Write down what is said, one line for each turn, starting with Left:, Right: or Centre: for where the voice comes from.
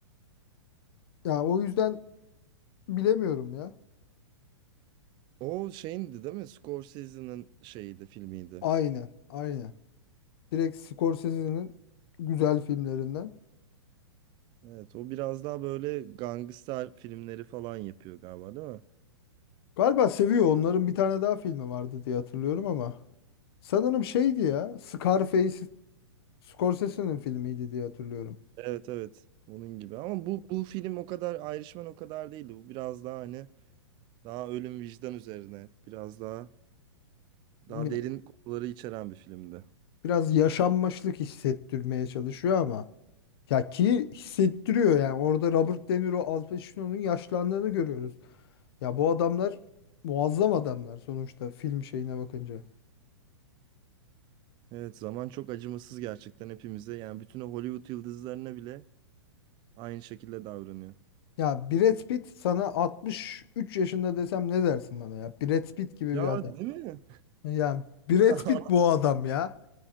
Left: Ya o yüzden bilemiyorum ya.
Right: O şeyindi değil mi? Scorsese'nin şeyiydi, filmiydi.
Left: Aynen, aynen. Direkt Scorsese'nin güzel filmlerinden.
Right: Evet, o biraz daha böyle gangster filmleri falan yapıyor galiba, değil mi?
Left: Galiba seviyor. Onların bir tane daha filmi vardı diye hatırlıyorum ama. Sanırım şeydi ya. Scarface Scorsese'nin filmiydi diye hatırlıyorum.
Right: Evet, evet. Onun gibi. Ama bu bu film o kadar Irishman o kadar değildi. Bu biraz daha hani daha ölüm vicdan üzerine, biraz daha
Left: Ne-
Right: daha derin konuları içeren bir filmdi.
Left: Biraz yaşanmışlık hissettirmeye çalışıyor ama. Ya ki hissettiriyor yani orada Robert De Niro, Al Pacino'nun yaşlandığını görüyoruz. Ya bu adamlar muazzam adamlar sonuçta film şeyine bakınca.
Right: Evet, zaman çok acımasız gerçekten hepimize. Yani bütün o Hollywood yıldızlarına bile aynı şekilde davranıyor.
Left: Ya Brad Pitt sana 63 yaşında desem ne dersin bana ya? Brad Pitt gibi
Right: Ya
Left: bir adam.
Right: değil mi?
Left: Yani Brad
Right: <laughs>
Left: Pitt bu
Right: <laughs>
Left: adam ya.